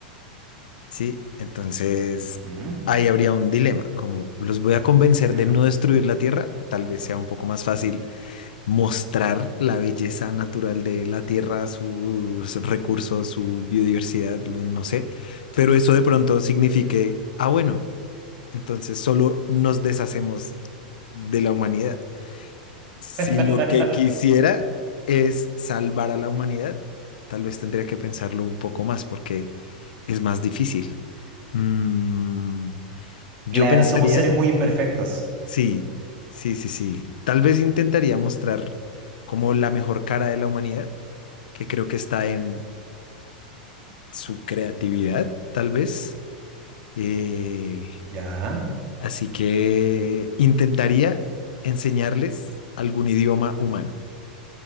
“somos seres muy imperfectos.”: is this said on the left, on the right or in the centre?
Right